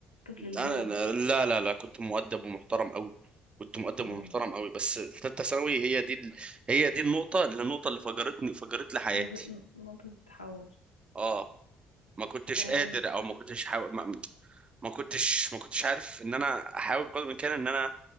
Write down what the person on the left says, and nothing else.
طفل اللي
هو
مم.
نق- نقطة التحول
آه.